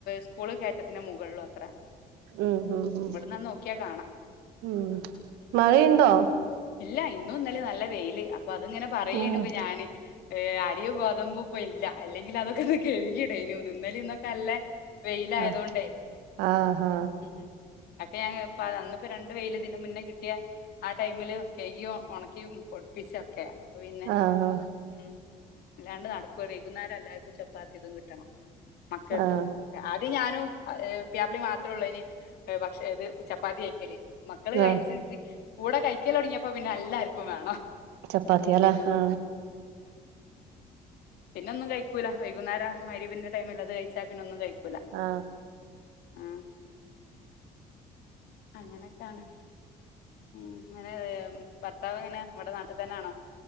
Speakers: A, on the left; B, on the right.
A: സ്കൂള്ൾ കായറ്റത്തിന് മുകളള്ളോ അത്ര
B: ഉം ഉ ഉ
A: ഇവിടന്നാ നോക്കിയാ കാണാ
B: ഉം മഴയുണ്ടോ
A: ഇല്ല ഇന്നും ഇന്നലെ നല്ല വെയില് അപ്പ അത് ഇങ്ങനെ പറയേനു
B: ആഹ്
A: ഇപ്പൊ ഞാന് ഏ അരിയും ഗോതമ്പൂ ഇപ്പൊ ഇല്ല അല്ലെങ്കിൽ അതൊക്കെ ഒന്ന് കഴുകിടേന ഒന്ന് ഇന്നല ഇന്നൊക്കെ അല്ല വെയിലയതൊണ്ടേ
B: ആഹ് ആഹ് ആഹ്
A: ഉം അക്കെ ഞാൻ ഇപ്പ അന്നപ്പോ രണ്ട് വെയില് ഇതിന് മുന്നേ കിട്ടിയ ആ ടൈമില് കേക്കും ഉണക്കും പൊടിപ്പിച്ചൊക്കെ അപ്പൊ പിന്നെ
B: ആഹ് ആഹ്
A: ഉം അല്ലാണ്ട് നടക്കുവ വൈകുന്നേരം എല്ലാവർക്കും ചപ്പാത്തി ഇതും കിട്ടണം മക്കൾക്കും
B: ആഹ്
A: അത് ഞാനും പ്യാപ്പിളി മാത്രേ ഉള്ളൂ ഇ പക്ഷേ ഏത് ചപ്പാത്തി കയക്കലേ മക്കള് കഴിച്ചസ്ഥിക്ക്
B: ആഹ്
A: കൂടെ കഴിക്കല് തുടങ്ങിയപ്പോ പിന്നെ എല്ലാർക്കും വേണം
B: ചപ്പാത്തി എല്ല ആ
A: പിന്ന ഒന്നും കഴിക്കൂല വൈകുന്നേരം മരവിന്റെ ടൈമിലത് കഴിച്ചാൽ പിന്നെ ഒന്നും കഴിക്കൂ
B: ആ
A: ആ അങ്ങനെക്കാണ് ഉം ങ്ങനെ ഭർത്താവ് ങ്ങനെ നമ്മടെ നാട്ടി തന്നാണോ?